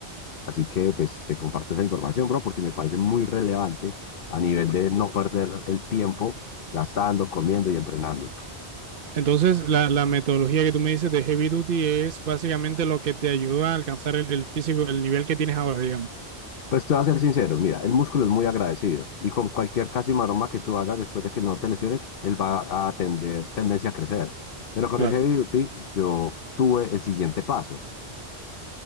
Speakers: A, on the left; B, on the right.
A: Así que, pues, te comparto esa información, bro, porque me parece muy relevante a nivel de no perder el tiempo gastando, comiendo y entrenando.
B: Entonces, la, la metodología que tú me dices de Heavy Duty es básicamente lo que te ayuda a alcanzar el, el físico, el nivel que tienes ahora, digamos.
A: Pues te voy a ser sincero, mira, el músculo es muy agradecido y con cualquier casi maroma que tú hagas después de que no te lesiones, él va a tener tendencia a crecer. Pero con
B: Claro,
A: el heavy duty yo tuve el siguiente paso.